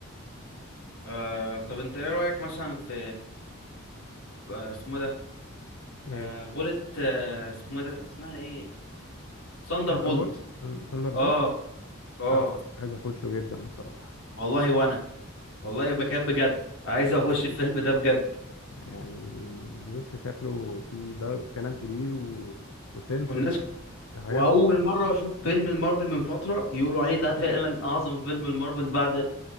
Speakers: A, on the left; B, on the left.
A: آه طب انت ايه رأيك مثلا في آه اسمه ده
B: ايه
A: آه بولت آه اسمه ده اسمها ايه؟ ثاندر
B: ثاندر
A: بولت
B: بول ثاندر بول
A: اه اه
B: اه عايز اخشه جدا بصراحة
A: والله وانا والله بكاب بجد عايز اخش الفيلم ده بجد
B: يعني بص شكله في در... كلام كبير و... وسنشري
A: والناس
B: هيظهر
A: واول مره اشوف فيلم المارفل من فتره يقولوا عليه ده فعلا اعظم فيلم المارفل بعد